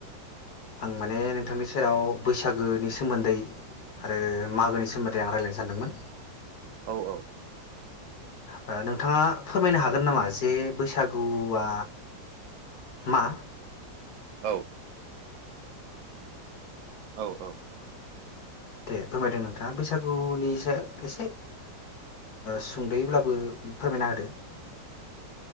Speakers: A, on the left (about 60°); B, on the right (about 85°).
A: आं माने नोंथांनि सेराव बैसागोनि सोमोन्दै आरो मागोनि सोमोन्दै आं रायजलायनो सानदोंमोन
B: औ औ
A: ओ नोंथाङा फोरमायनो हागोन नामा जे बैसागुआ मा?
B: औ औ औ
A: दे फोरमायदों नोंथाङा बैसागुनि सायाव एसे सुंद'ब्लाबो फोरमायना होदो।